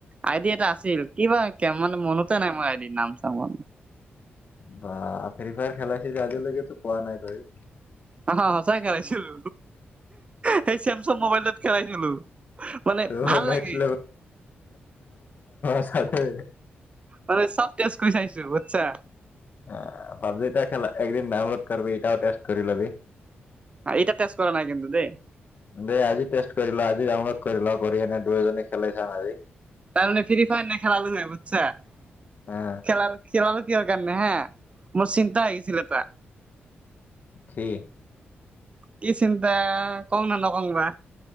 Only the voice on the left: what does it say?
বা ফ্ৰী ফায়াৰ খেলাইছিলি আজিলৈকেতো পোৱা নাই তই
বাহ
নেক্সট
থাকে
এ পাবজি টা খেলা একদিন ডাউনলোড কৰিবি এইটাও টেষ্ট কৰি লবি
দে আজি টেষ্ট কৰিলা আজি আ কৰিবা কৰি কিনে দুয়োজনে খেলাই চাম আজি
অ'।
সেই